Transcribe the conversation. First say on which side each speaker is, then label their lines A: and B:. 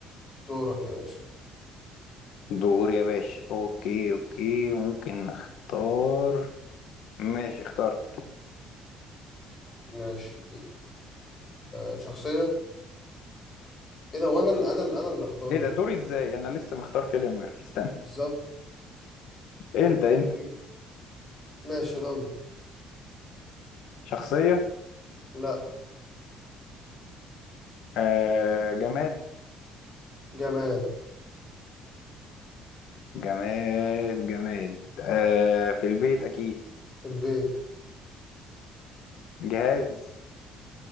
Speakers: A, on the left (about 20°); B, on the left (about 70°).
A: دورك يا باشا
B: دور يا باشا اوكي اوكي ممكن نختار ماشي اخترت
A: ماشي الشخصية ايه ده وانا اللي انا اللي انا اللي اختار
B: ايه
A: يا
B: ده
A: ابني.
B: دوري ازاي انا لسه مختار كيليان ميرفي استنى
A: بالظبط
B: انت
A: اقول
B: انت
A: لك ايه ماشي ضن
B: شخصية
A: لا
B: آه جماد
A: جماد
B: جماد جماد آه في البيت اكيد
A: في البيت
B: جهاز